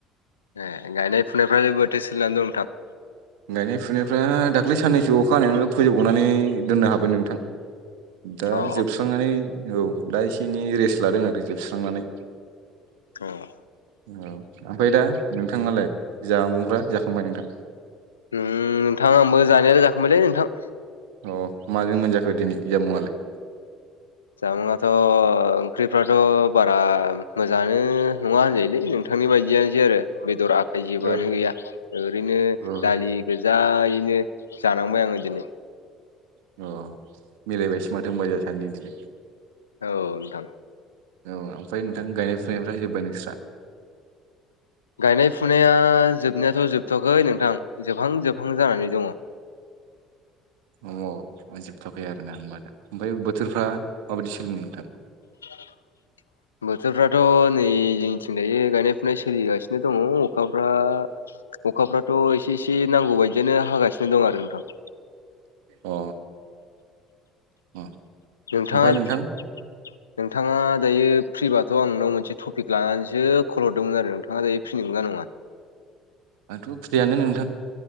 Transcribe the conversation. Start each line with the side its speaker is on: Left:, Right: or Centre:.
Left: ए गायनाय फुनायफ्रालाय बोरैथो सोलिनानै दं नोंथां?
Right: गायनाय फुनायफ्रा दाख्लै साननैसो अखा हानायावनो फोजोबग'नानै दोननो हाबाय नोंथां। दा
Left: अ
Right: जोबस्रांनानै औ दा एसे एनै रेस्ट लादों आरो जोबस्रांनानै।
Left: अ
Right: उम ओमफ्राय दा नोंथाङालाय जामुंफ्रा जाखांबाय नोंथां?
Left: उम नोंथां आंबो जानायालाय जाखांबायलै नोंथां।
Right: अ माजों मोनजाखो दिनै जामुवालाय?
Left: जामुंआथ' ओंख्रिफ्राथ' बारा मोजाङानो नङा होनजायोलै नोंथां। नोंथांनि बायदियानोसै आरो बेदर आखाइ जेबोआनो
Right: अ
Left: गैया ओरैनो
Right: अ
Left: दालि गोजायैनो जानांबाय आङो दिनै
Right: अ मिलायबायसो माथो होनबा जोहा सानैजों दिनै
Left: औ नोंथां।
Right: औ ओमफ्राय नोंथां गायनाय फुनायफ्रा जोबबाय नोंस्रा?
Left: गायनाय फुनाया जोबनायाथ' जोबथवाखै नोंथां जोबहां जोबहां जानानै दंङ।
Right: औ मोनजोबथ'आखै आरो ना होनबा दा ओमफ्राय बोथोरफ्रा माबायदि सोलिदों नोंथां?
Left: <inaudible> बोथोरफ्राथ' नै जोंनिथिं दायो गायनाय फुनाय सोलिगासिनो दङ अखाफ्रा अखाफ्राथ' एसे एसे नांगौ बायदियानो हागासिनो दं आरो नोंथां।
Right: अ अ
Left: नोंथाङा
Right: ओमफ्राय
Left: नोंथाङा
Right: नोंथां
Left: दायो फ्रिबाथ' आं नोंनाव मोनसे टपिक लानानैसो कल हरदोंमोन आरो नोंथाङा दायो फ्रि नंगौना नङा?
Right: आंथ' फ्रियानो नोंथां